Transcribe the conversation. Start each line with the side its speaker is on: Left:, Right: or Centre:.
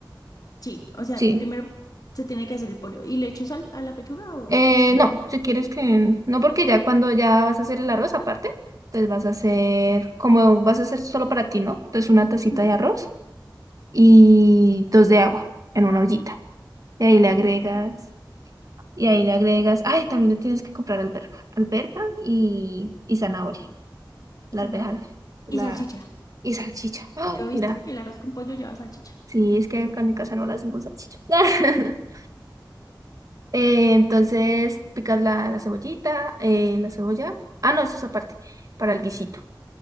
Left: Sí, o sea,
Right: sí.
Left: primero se tiene que hacer el pollo. ¿Y le echo sal a la pechuga o,
Right: Eh,
Left: o no?
Right: no, si quieres que, no porque ya cuando ya vas a hacer el arroz aparte, entonces vas a hacer, como vas a hacer solo para ti, ¿no? Entonces una tacita
Left: Ujú.
Right: de arroz y dos de agua en una ollita. Y ahí
Left: Una
Right: le
Left: taza
Right: agregas.
Left: de arroz y
Right: Y ahí le agregas, ay, también le tienes que comprar alberja, alberja y, y zanahoria, la
Left: zanahoria.
Right: alberja, la
Left: Y salchicha.
Right: y salchicha. Ay,
Left: Yo he visto
Right: mira,
Left: que el arroz con pollo lleva salchicha
Right: sí, es que acá en mi casa no la hacen con salchicha. <laughs> Eh, Entonces picas la, la cebollita, eh, la cebolla. Ah, no, eso es aparte, para el guisito.